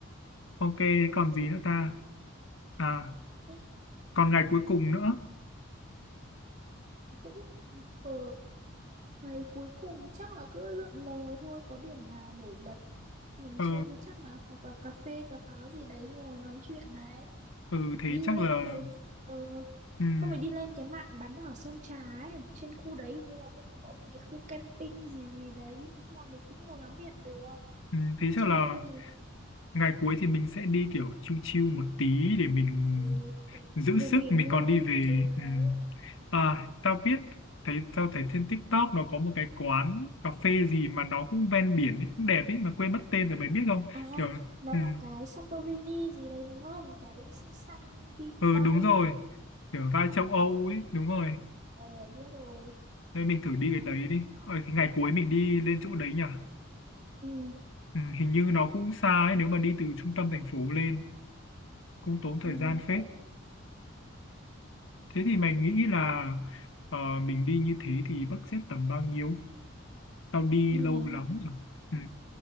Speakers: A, on the left; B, on the right.
A: ok, còn gì nữa ta? À
B: Thế
A: còn ngày cuối cùng nữa
B: cũng ờ ngày cuối cùng chắc là cứ lượn lờ thôi có điểm nào nổi bật mình
A: ờ
B: chưa đi chắc là hoặc là cà phê cà pháo gì đấy ngồi nói chuyện này
A: ừ, thế
B: đi
A: chắc
B: lên
A: là
B: cái ờ
A: ừm,
B: không phải đi lên cái mạn bán đảo Sơn Trà ấy trên khu đấy hình như là cũng có mấy cái khu camping gì gì đấy nói chung là mình cũng ngồi ngắm biển được
A: ừm, thế
B: chơi
A: chắc là
B: mình
A: ngày cuối thì mình sẽ đi kiểu chill chill một tí để mình
B: ừ, kiểu
A: giữ
B: vừa
A: sức
B: nghỉ
A: mình
B: ngơi
A: còn đi về
B: ừ
A: ừm.
B: đấy
A: à tao biết thấy tao thấy trên TikTok nó có một cái quán cà phê gì mà nó cũng ven biển ấy, cũng đẹp ấy mà quên mất tên rồi mày biết không
B: à
A: kiểu
B: nó
A: ừm,
B: là cái Santorini gì đấy đúng không cái xanh xanh vi-
A: ừ
B: vibe
A: đúng rồi kiểu vai
B: phải
A: châu Âu
B: đúng không
A: ấy đúng rồi
B: ờ biết rồi
A: nên mình thử đi cái đấy đi ờ, thì ngày cuối mình đi lên chỗ đấy nhỉ
B: ừ,
A: Ừ, hình như nó cũng xa ấy, nếu mà đi từ trung tâm thành phố lên cũng tốn thời
B: ừ,
A: gian phết.
B: cũng
A: Thế thì mày nghĩ là ờ, mình đi như thế thì budget sẽ tầm bao nhiêu? Tao đi
B: đi
A: lâu
B: Đà Nẵng
A: lắm rồi. Ừ.